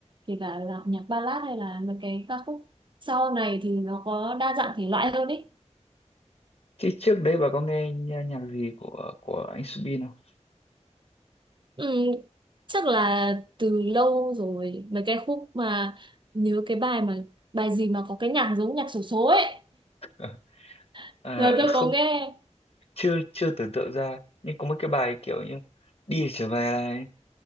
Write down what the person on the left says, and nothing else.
Thế trước đấy bà có nghe nhà- nhạc gì của của anh Subin không?
<laughs>
Ờ,
không,
chưa chưa tưởng tượng ra. Nhưng có mấy cái bài kiểu như đi trở về này,